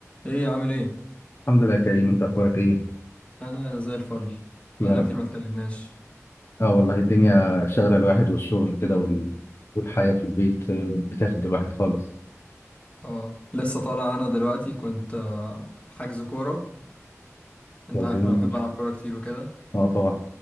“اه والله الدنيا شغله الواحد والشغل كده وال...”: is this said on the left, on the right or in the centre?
Left